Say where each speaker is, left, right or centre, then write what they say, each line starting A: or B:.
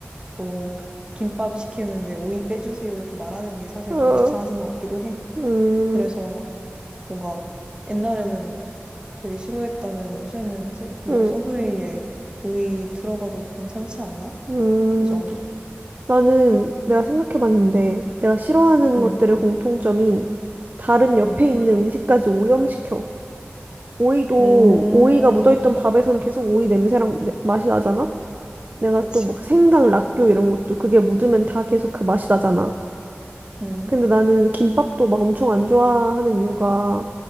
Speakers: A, on the right (about 20°); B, on the right (about 45°).
A: 뭐 김밥 시키는데 오이 빼주세요 이렇게 말하는 게 사실
B: 음. 어.
A: 좀 귀찮아진 것 같기도 해.
B: 음.
A: 그래서 뭔가 옛날에는 되게 싫어했다면 요새는 서- 뭐
B: 음.
A: 서브웨이에 오이 들어가도 괜찮지 않나?
B: 음.
A: 이 정도?
B: 나는 내가 생각해봤는데 내가 싫어하는
A: 응,
B: 것들의 공통점이 다른 옆에
A: 응,
B: 있는 음식까지 오염시켜. 오이도
A: 음,
B: 오이가 묻어있던 밥에서는 계속 오이 냄새랑 내- 맛이 나잖아. 내가
A: 그치.
B: 또 막 생강, 락교 이런 것도 그게 묻으면 다 계속 그 맛이 나잖아.
A: 응,
B: 근데 나는 김밥도 막 엄청 안 좋아하는 이유가